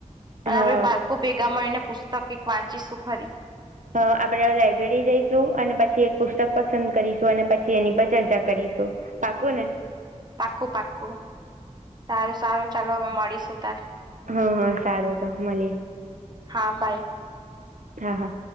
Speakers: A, on the right (about 35°); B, on the right (about 85°).
A: અને
B: હા
A: આપડે પાકુ ભેગા મળીને પુસ્તક વાંચીશું ખરી
B: અ આપડે લાઈબ્રેરી જઈશું અને પછી એક પુસ્તક પસંદ કરીશું અને પછી એની પર ચર્ચા કરીશું પાકુંને
A: પાકું પાકું સારું સારું ચલો હવે મળીશું તાર
B: હા હા સારું તો મળીએ
A: હા બાાય
B: હા હા